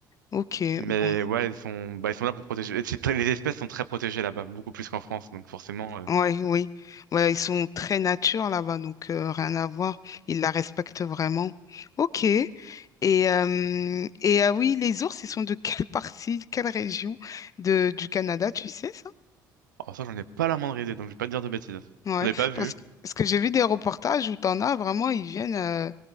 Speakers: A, on the left; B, on the right.
A: Ok,
B: Mais
A: bon.
B: ouais, ils sont, bah, ils sont là pour protéger. et c'est très- Les espèces sont très protégées là-bas, beaucoup plus qu'en France, donc forcément. euh,
A: Ouais, oui. Ouais, ils sont très nature là-bas, donc euh, rien à voir. Ils la respectent vraiment. Ok. Et, euh, et ah oui, les ours, ils sont de <laughs> quelle partie, quelle région de, du Canada, tu sais ça?
B: Alors ça, j'en ai pas la moindre idée, donc je vais pas te dire de bêtises.
A: Ouais.
B: Je l'ai pas vu.
A: Parce, que- parce que j'ai vu des reportages où t'en as vraiment, ils viennent euh,